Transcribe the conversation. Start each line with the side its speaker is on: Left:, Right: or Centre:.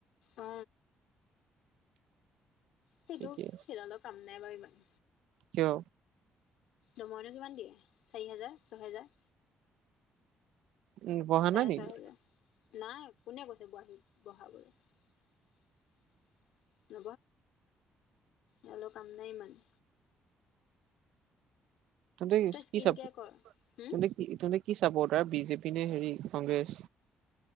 Left: অ সেইটো,
Right: ঠিকে আছে
Left: সেইডালৰ কাম নাই বাৰু ইমান।
Right: কিয়?
Left: দৰমহানো কিমান দিয়ে? চাৰি হেজাৰ, ছহেজাৰ,
Right: উম পঢ়া
Left: চাৰে
Right: নাই নেকি
Left: ছয় হাজাৰ, নাই কোনে কৈছে <unintelligible> নবঢ়াই, হেতৰ কাম নাই ইমান।
Right: তন্ততে
Left: তই স্কিন
Right: কি চাপৰট,
Left: কেয়াৰ কৰ হম
Right: তন্ততে কি চাপৰ্টাৰ বিজেপি নে হেৰি কংগ্ৰেছ?